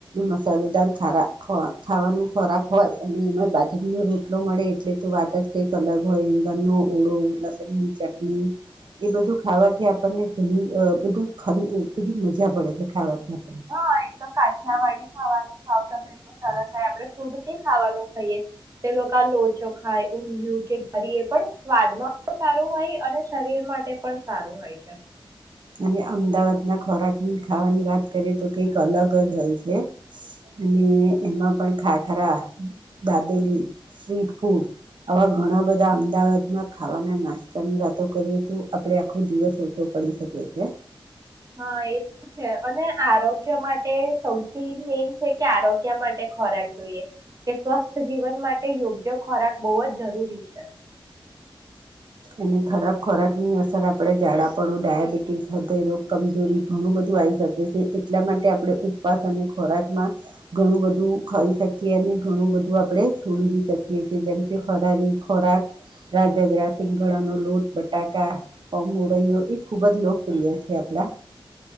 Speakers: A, on the right; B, on the right.
A: મસાલેદાર ખારા ખાવા-ખાવાનો ખોરાક હોય અને એમાં બાજરીનો રોટલો મળે એટલે તો વાત જ કંઈક અલગ હોય રીંગણનો ઓળો, લસણની ચટણી એ બધું ખાવાથી આપણને ઘણી બધું ખરી બધી મજા પડે છે ખાવાથી. આપણને
B: હા, એ તો કાઠિયાવાડી ખાવાનું ખાવ એટલ સરસ આપડે શરૂ થી ખાવાનું ખાઈએ તે લોકો આ લોચો ખાય, ઊંધિયું કે ઘરીએ પણ સ્વાદમાં સારું હોય અને શરીર માટે પણ સારું હોય છે
A: અને અમદાવાદ ના ખોરાકની ખાવાની વાત કરીએ તો કંઈક અલગ જ હોય છે અને એમાં પણ ખાખરા, દાબેલી, સ્ટ્રીટ ફૂડ આવા ઘણા બધા અમદાવાદમાં ખાવાના નાસ્તાની વાતો કરીએ તો આપડે આખો દિવસ ઓછો પડી શકે છે.
B: હા એ તો છે અને આરોગ્ય માટે સૌથી મેન છે કે આરોગ્ય માટે ખોરાક જોઈએ કે સ્વસ્થ જીવન માટે યોગ્ય ખોરાક બહુ જ જરૂરી છે.
A: અને ખરાબ ખોરાકની અસર આપણે ઝડાપડું ડાયાબિટીસ, હૃદયરોગ, કમજોરી ઘણું બધું આવી શકી છીએ એટલા માટે આપણે ઉપવાસ અને ખોરાકમાં ઘણું બધું ખાઈ શકીએ અને ઘણું બધું આપણે છોડી શકીએ છીએ જેમ કે ફરારી ખોરાક <unintelligible> પીંગળનોો લોટ, બટાકા, <unintelligible> મોરૈયો એ ખૂબ જ લોકપ્રિય છે આપણા